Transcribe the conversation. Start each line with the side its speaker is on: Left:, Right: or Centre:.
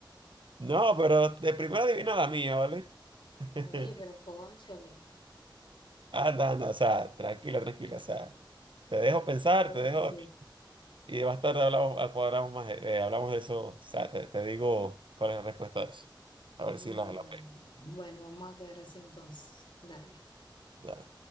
Right: No, pero de primera adivina la mía, ¿vale? <laughs>
Left: Oye, pero cónchale,
Right: Anda, anda, o sea, tranquila, tranquila, o sea, te dejo pensar,
Left: ¿qué te puedo
Right: te
Left: decir?
Right: dejo, Y más tarde hablamos, ah, cuadramos más, eh, hablamos de eso. O sea, te, te digo cuál es la respuesta de eso. A ver
Left: Bueno,
Right: si la, la
Left: bueno, vamos a quedar así entonces. Dale.
Right: pego.